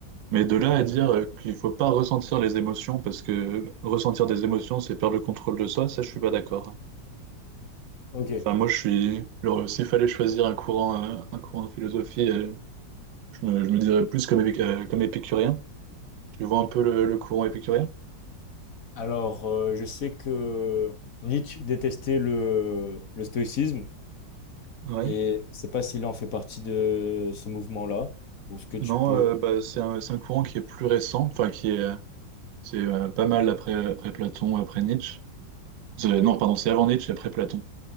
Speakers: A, on the right; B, on the left.
A: Mais de là
B: Hmm.
A: à dire euh, qu'il faut pas ressentir les émotions, parce que ressentir des émotions, c'est perdre le contrôle de soi, ça, je suis pas d'accord.
B: Ok.
A: Enfin, moi, je suis. genre, s'il fallait choisir un courant, euh, un courant de philosophie, euh, je me, je me dirais plus comme, épic- euh, comme épicurien. Tu vois un peu le, le courant épicurien?
B: Alors, euh, je sais que Nietzsche détestait le, le stoïcisme.
A: Ouais.
B: Et je sais pas s'il en fait partie de ce mouvement-là. Donc, ce que tu
A: Non,
B: peux.
A: euh, bah, c'est un, c'est un courant qui est plus récent, enfin, qui est, euh, c'est euh, pas mal après, après Platon, après Nietzsche. C'est-
B: Ouais,
A: Non, pardon, c'est avant Nietzsche, et après Platon.